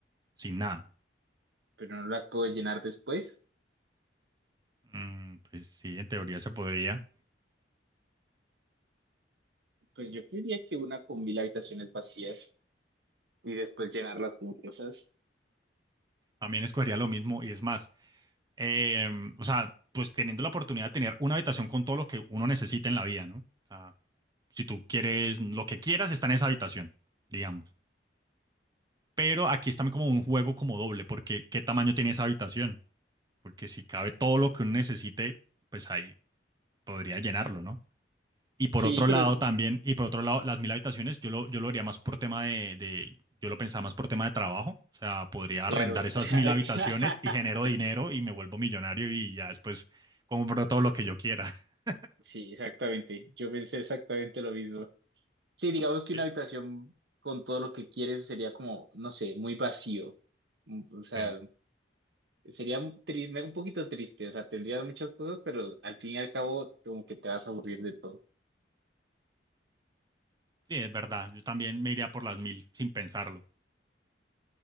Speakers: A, on the right (about 25°); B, on the right (about 70°).
A: sin nada.
B: pero no las puedo llenar después.
A: Mm, pues sí, en teoría se podría.
B: Pues yo creería que una con mil habitaciones vacías y después llenarlas con cosas.
A: También escogería lo mismo y es más, eh, o sea, pues teniendo la oportunidad de tener una habitación con todo lo que uno necesita en la vida, ¿no? O sea, si tú quieres lo que quieras, está en esa habitación, digamos. Pero aquí está como un juego como doble, porque ¿qué tamaño tiene esa habitación? Porque si cabe todo lo que uno necesite, pues ahí podría llenarlo, ¿no? Y por
B: Sí,
A: otro
B: pero
A: lado también, y por otro lado, las mil habitaciones, yo lo, yo lo haría más por tema de, de- yo lo pensaba más por tema de trabajo. O sea, podría
B: claro.
A: arrendar esas
B: <laughs>
A: mil habitaciones y genero dinero y me vuelvo millonario y ya después compro todo lo que yo quiera. <laughs>
B: Sí, exactamente. Yo pensé exactamente lo mismo. Sí, digamos que
A: Eh,
B: una habitación con todo lo que quieres sería como, no sé, muy vacío. Mm, O sea,
A: Sí,
B: sería un tri- un poquito triste. O sea, tendrías muchas cosas, pero al fin y al cabo, como que te vas a aburrir de todo.
A: sí, es verdad. Yo también me iría por las mil sin pensarlo.